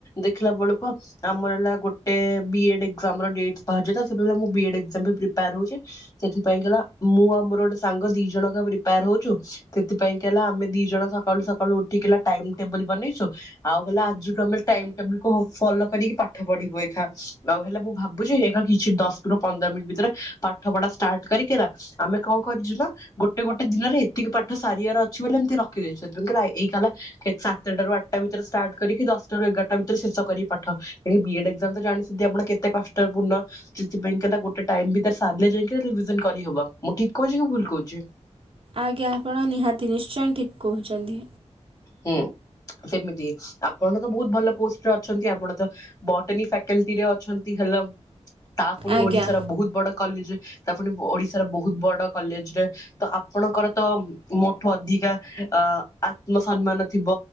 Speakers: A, on the left; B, on the right.
A: ଦେଖିଲା ବେଳକୁ ଆମର ହେଲା। ଗୋ ଗୋଟେ ବି ଏ ଡ ଏକଜାମ୍ ର ଡେଟ୍ ବାହାରିଯାଇ ତ ସେତେବେଳେ ମୁଁ ବି ଏ ଡ୍ ଏକଜମ୍ ପାଇଁ ପ୍ରିପାଇଅର୍ ହୋଉଚି। ସେଥିପାଇଁ କି ହେଲା ମୁଁ ଆଉ ମୋର ଗୋଟେ ସାଙ୍ଗ ଦି ଜଣ ଆକ ପ୍ରିପାୟାର ହୋଉଚୁ। ସେଥିପାଇଁ କି ହେଲା ଆମେ ଦି ଜଣ ସକାଳୁ ସକାଳୁ ଉ ଟିକ୍ ହେଲା ଟାଇମ ଟେବୁଲ ବନେଇଚୁ। ଆଉ ହେଲା ଆଜି କାଲି ଟାଇମ ଟେବୁଲ କୁ ମୁଁ ଫଲୋ କରିକି ପାଠ ପଢିବୁ। ଏ ଖା ଆଉ ହେଲା ମୁଁ ଭାବୁଚି। ଏକା କିଛି ଦଶରୁ ପନ୍ଦର ମିନ୍ ଭିତରେ ପାଠ ପଢା ଷ୍ଟାର୍ଟ କରିକିରା। ଆମେ ଙ୍କ କରିଚୁ ନା ଗୋଟେ ଗୋଟେ ଦିନରେ ଏତିକି ପାଠ ସାରିଆର ଅଛି ବୋଲି ଏମତି ରଖିଦେଇଛୁ। ସେ ଦିନ କୁ ଲାଇ ଏଇ କାଲା କେତ୍ ସାତଟାରୁ ଆଟା ଭିତରେ ଷ୍ଟାର୍ଟ କରିକି ଦଶଟାରୁ ଏଗାରଟା ଭିତରେ ଶେଷ କରିବି ପାଠ। ଏଇ ବି ଏ ଡେ ଜଲ୍ ତ ଜାଣିଚନ୍ତି ଆପଣ କେତେ କଷ୍ଟପୂଣ୍ଣ। ସେଥିପାଇଁ କି ହେଲା ଗୋଟେ ଟାଇମ୍ ଭିତରେ ସାରଲେ ଯାଇକି ରିଭିଯନ୍ କରିହବ। ବ ମୁଁ ଠିକ କଇଚି କି ଭୁଲ କୋଇଚି।
B: ଆଜ୍ଞା ଆପଣ ନିହାତି ନିଶ୍ଚୟ ଠିକ୍ କୋହୁଚନ୍ତି।
A: ହୁଁ। ସେମିତି ଆପଣ ତ ବହୁତ ଭଲ ପୋଷ୍ଟରେ ଅଛନ୍ତି। ଆପଣ ତ ବଟନୀ ଫାକେଲ୍ଟି ରେ ଅଛନ୍ତି। ହେ ହେଲମ୍ ତା ପୁଣି
B: ଆଜ୍ଞା
A: ଓଡିଶାର ବୋହୁତ ବଡ କଲିଜେ। ତା ପୁଣି ଓଡ଼ିଶା ସାର ବହୁତ୍ ବଡ କଲେଜରେ ତ ଆପଣଙ୍କର ତ ମୋଠୁ ଅଧିକା ଆ ଆ ସମ୍ମାନ ଥିବ